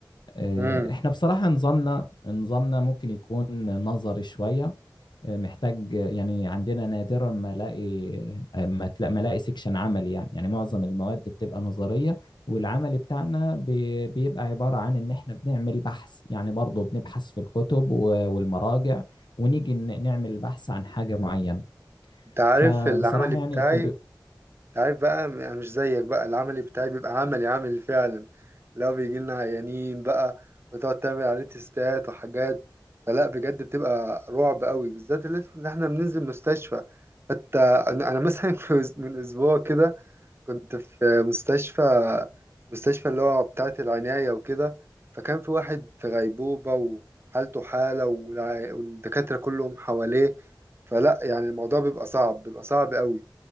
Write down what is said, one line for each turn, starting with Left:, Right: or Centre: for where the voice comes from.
Left: آه،
Right: امم
Left: احنا بصراحة نظامنا نظامنا ممكن يكون نظري شوية آه، محتاج يعني عندنا نادرا ما الاقي آه، ما تلا- ما الاقي سيكشن عملي يعني يعني معظم المواد بتبقى نظرية والعمل بتاعنا بي- بيبقى عبارة عن ان احنا بنعمل بحث يعني برضه بنبحث في الكتب و- والمراجع ونيجي ن- نعمل بحث عن حاجة معينة
Right: أنت عارف
Left: فبصراحة
Right: العمل بتاعي
Left: يعني الكمبي-
Right: عارف بقى م- أنا مش زيك بقى العملي بتاعي بيبقى عملي عملي فعلا لو بيجي لنا عيانين بقى وتقعد تعمل عليه تيستات وحاجات فلا بجد بتبقى رعب قوي بالذات اللي اللي احنا بننزل مستشفى حتى انا أنا مثلا <laughs> في أس- من اسبوع كده كنت في مستشفى مستشفى اللي هو بتاعة العناية وكده فكان في واحد في غيبوبة وحالته حالة والع- والدكاترة كلهم حواليه فلا يعني الموضوع بيبقى صعب بيبقى صعب قوي